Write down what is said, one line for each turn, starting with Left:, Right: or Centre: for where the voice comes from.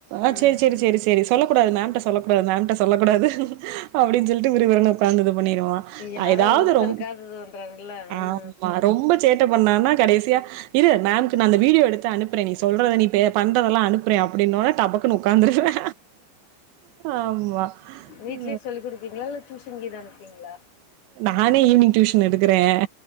Right: ஆஹ்
Left: ம்
Right: செரி செரி செரி செரி சொல்லக் கூடாது மேம்ட்ட சொல்லக் கூடாது மேம் ட்ட சொல்லக் கூடாது அப்டின்னு சொல்லிட்டு விரு விரு உட்காந்து இது பண்ணிருவான்
Left: யாரோ
Right: ஏதாவது
Left: ஒருத்தருக்காவது
Right: ரொ
Left: இதுன்றாங்கல்ல ம்
Right: ஆமா ரொம்ப சேட்ட பண்ணான்னா கடைசியா இரு மேம்க்கு நான் வீடியோ எடுத்து அனுப்புறேன் நீ சொல்றத நீ பண்றதெல்லாம் அனுப்புறன் அப்படின்னவொடனே டபக்கு உட்காந்துருவே ஆமா
Left: வீ்ட்லியே
Right: அ
Left: சொல்லி கொடுப்பீங்களா இல்ல டியூஷன்க்கு தான அப்டிங்களா
Right: நானே ஈவினிங் டியூஷன் எடுக்கிறேன்